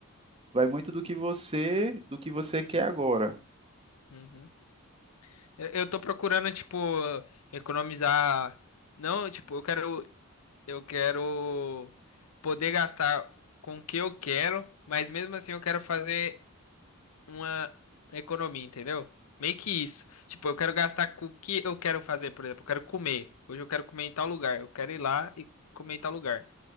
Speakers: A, on the right; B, on the left.
A: vai muito do que você, do que você quer agora.
B: Uhum. Eu, eu tô procurando, tipo, economizar. Não, tipo, eu quero. Eu quero poder gastar com o que eu quero, mas mesmo assim eu quero fazer uma economia, entendeu? Meio que isso. Tipo, eu quero gastar com o que eu quero fazer, por exemplo, eu quero comer. Hoje eu quero comer em tal lugar. Eu quero ir lá e comer em tal lugar.